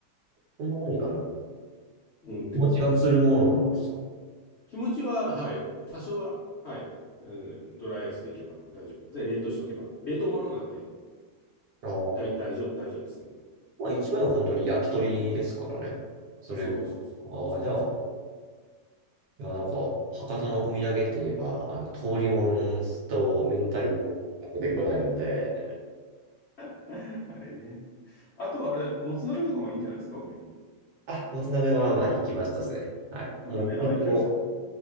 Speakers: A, on the right (about 65°); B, on the left (about 70°).
A: そんな何かな。
B: うん、売ってますね。
A: 気持ちがするものなんですか。
B: 気持ちは、はい、多少は、はい、うん、ドライアイスでいけば大丈夫。で、冷凍しておけば、冷凍物なんで、
A: ああ
B: だい、大丈夫、大丈夫ですね。
A: まあ、一番は本当に焼き鳥ですからね。それが。
B: あ、そうそうそうそう。
A: ああ、
B: そうそ
A: じゃあ、いや、なんか、博多のお土産って言えば、あの、通りもんと明太子が出てこないので、
B: う。<laughs> あれね。あと、あれ、もつ鍋とかもいいんじゃないですか、お土産に。
A: あ、もつ鍋はまあ行きましたですね。はい。
B: うん、
A: もう、
B: え、あ、行きました。
A: も